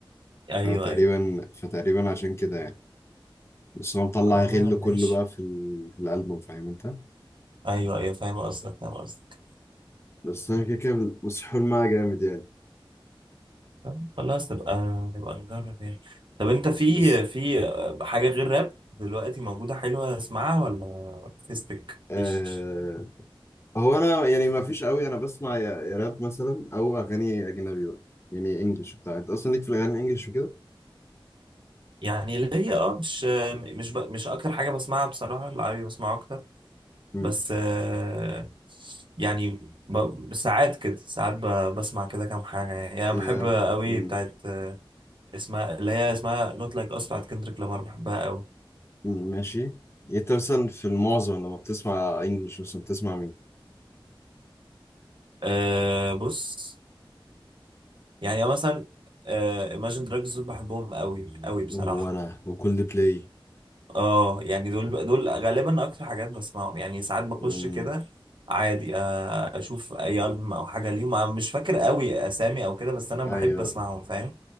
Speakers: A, on the right; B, on the left.
A: ايوه
B: فتقريبا
A: ايوه
B: فتقريبا عشان كده يعني بس هو مطلع
A: اه
B: غل كله
A: ماشي
B: بقى في ال- في الألبوم فاهم انت
A: ايوه ايوه فاهم قصدك فاهم قصدك
B: بس انا كده كده مسحول معاه جامد يعني
A: طيب خلاص نبقى نبقى نجرب يعني طب انت في
B: بس
A: في حاجة غير راب دلوقتي موجودة حلوة اسمعها ولا فيسبك
B: آه
A: مفيش
B: هو انا يعني ما فيش قوي انا بسمع يا يا راب مثلا او اغاني اجنبي بقى يعني انجلش بتاع انت اصلا ليك في الاغاني الانجليش وكده
A: يعني اللي هي اه مش مش ب... مش اكتر حاجة بسمعها بصراحة العربي بسمعه اكتر
B: امم
A: بس آه، يعني ب... ساعات كده ساعات ب... بسمع كده كام حاجة يعني يعني
B: يا
A: بحب قوي
B: مم.
A: بتاعت آه، اسمها اللي هي اسمها نوت لايك اس بتاعت كندريك لامار بحبها قوي
B: مم، ماشي يعني انت مثلا في المعظم لما بتسمع انجلش مثلا بتسمع مين
A: أه بص يعني مثلا آه، Imagine Dragons دول بحبهم قوي قوي بصراحة
B: وانا وكل بلاي
A: اه يعني دول دول غالبا اكتر حاجات بسمعهم يعني ساعات بخش
B: مم.
A: كده عادي آه، اشوف اي ألبوم او حاجة ليهم أنا مش فاكر قوي اسامي او كده بس انا
B: ايوه
A: بحب اسمعهم فاهم